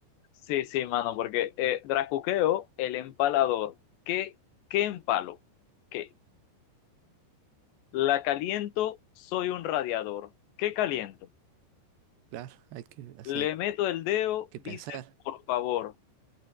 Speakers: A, on the left; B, on the right.
A: Sí, sí, mano, porque eh, Dracuqueo, el empalador. ¿Qué, qué empalo? qué La caliento, soy un radiador. ¿Qué caliento?
B: Claro, hay que, o sea,
A: Le
B: hay
A: meto el dedo,
B: que
A: dice
B: pensar.
A: por favor.